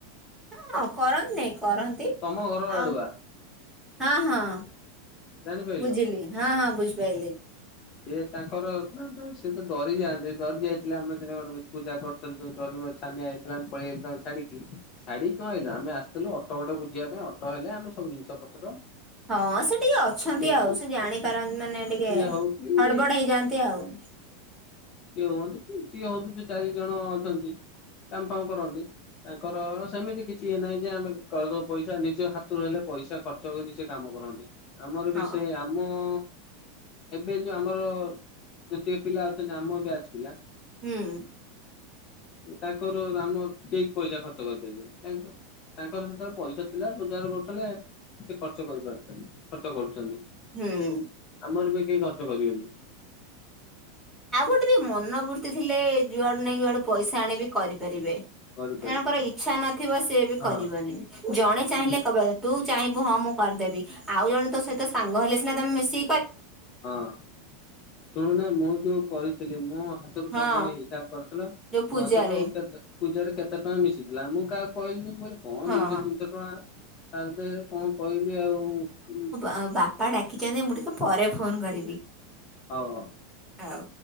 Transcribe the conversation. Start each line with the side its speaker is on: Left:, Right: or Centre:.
Centre: ହଁ କରନ୍ତି ନାଇଁ କରନ୍ତି
Left: ତମ ଘର ଆଡୁଆ
Centre: ଆଉ ହଁ ହଁ! !
Left: ଜାଣିପାରିଲ
Centre: ବୁଝିଲି, ହଁ ହଁ ବୁଝିପାଇଲିି?
Left: ସେିଏ ତାଙ୍କର ନା ସିଏତ ଡରି ଯାଆନ୍ତି ଡରି ଯାଇଥିଲେ ଆମ ଦିନ ଗୋ ପୂଜା କର <inaudible> ଡରି ମରି ଛାନିଆ ହେଇଥିଲା ଆମେ ପଳେଇ ଆଇ ଥିଲୁ ଛାଡିକି! ଛାଡିକି କଣ ଆଇଲୁ ଆମେ ଆସିଥିଲୁ ଅଟୋ ଗୋଟେ ବୁଝିବା ପାଇଁ ଅଟୋ ହେଲେ ଆମେ ସବୁ ଜିନିଷ ପତ୍ର
Centre: ହଁ ସେ ଟିକେ ଅଛନ୍ତି
Left: ନେଇକି
Centre: ଆଉ
Left: ଯିବୁ।
Centre: ସେ ଜାଣି ତାର ମାନେ ଟିକେ
Left: ସିଏ ହଉ କି ହଁ
Centre: ହଡବଡ ହେଇଯାନ୍ତି ଆଉ!
Left: କିିଏ ହୁଅନ୍ତୁ ଜିଏ ହୁଅନ୍ତୁ ସିଏ ଚାରି ଜଣ ଅଛନ୍ତି କାମ ଫାମ କରନ୍ତି! ତାଙ୍କର ସେମିତି କିଛି ଇଏ ନାହିଁ ଯେ ଆମେ କରିଦଉ ପଇସା ନିଜ ହାତରୁ ହେଲେ ପଇସା ଖର୍ଚ ଚୀ ସେ କାମ କରନ୍ତି ଆମର
Centre: ହଁ
Left: ବି ସେ ଆମ <inaudible> ଏବେ ଯୋଉ ଆମର ଯେତିକି ପିଲା ଅଛନ୍ତି ଆମ ବ୍ୟାଚ ପିଲା
Centre: ହୁଁ।
Left: ତାଙ୍କର ଆମର କେହି ପଇସା ଖର୍ଚ୍ଚ ତାଙ୍କର ସେତେବେଳେ ପଇସା ଥିଲା ରୋଜଗାର କରୁଥିଲେ! ସେ ଖର୍ଚ୍ଚ କରିପାରୁଛନ୍ତି ଖର୍ଚ୍ଚ କରୁଛନ୍ତି।
Centre: ହୁଁ।
Left: ଆମର ଏବେ କେହି ଖର୍ଚ୍ଚ କରିବେନି।
Centre: ଆଉ ଗୋଟେ ବି ମନୋବୃର୍ତ୍ତି ଥିଲେ ଯୁଆଡୁ ନାଇଁ ଯୁଆଡୁ ପଇସା ଆଣି ବିି କରିପାରିବେ।
Left: କରିପାରିବ
Centre: ଜଣଙ୍କର ଇଚ୍ଛା ନଥିବ ସେଏ ବି
Left: ହଁ
Centre: କରିବନି, ଜଣେ ଚାହିଁଲେ
Left: ମୁଁ
Centre: କେବେ ତୁ ଚାହିଁବୁ ହଁ ମୁଁ କରିଦେବି, ଆଉ ଜଣେ ତୋ ସହିତ ସାଙ୍ଗ ହେଲେ ସିନା ତମେ ମିଶି
Left: ହଁ, ଶୁଣୁନା ମୁଁ ଯୋଉ କରିଥିଲି ମୁଁ ତମେବା
Centre: ହଁ
Left: ହିସାବ କରିୁଥିଲା
Centre: ଯୋଉ ପୂଜାରେ
Left: ମୋ ହାତରୁ ପୂଜାରେ କେତେ ଟଙ୍କା ମିଶିଥିଲା, ମୁଁ କାହାକୁ କହିନି ମୁଁ କହିଲି କଣ
Centre: ହଁ
Left: ଦିଶହ ତିନିଶହ ଟଙ୍କା ତା ଭିତରେ କଣ କହିବି ଆଉ
Centre: ଆ ବାପା ଡା କିଛନ୍ତି ମୁଁ ଟିକେ ପରେ ଫୋନ କରିବି।
Left: ହଉ ହଉ।
Centre: ଆଉ।